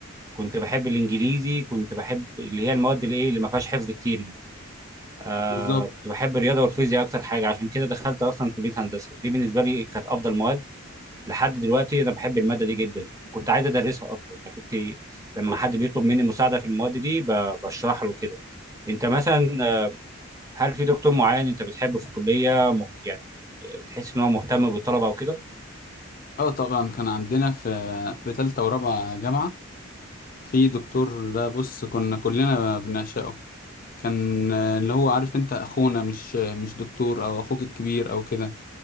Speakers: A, on the right; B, on the left.
A: كنت بحب الانجليزي كنت بحب اللي هي المواد اللي ايه اللي ما فيهاش حفظ كتير دي آه
B: بالظبط
A: كنت بحب الرياضه والفيزياء اكتر حاجه عشان كده دخلت اصلا كليه هندسه دي بالنسبه لي كانت افضل مواد لحد دلوقتي انا بحب الماده دي جدا كنت عايز ادرسها اصلا يعني كنت لما حد بيطلب مني مساعده في المواد دي ب- بشرح له كده انت مثلا هل في دكتور معين انت بتحبه في الكليه مخت- يعني تحس ان هو مهتم بالطلبه وكده
B: اه طبعا كان عندنا في في تالتة ورابعة جامعة في دكتور ده بص كنا كلنا بنعشقه كان آه، اللي هو عارف انت اخونا مش آه، مش دكتور او اخوك الكبير او كده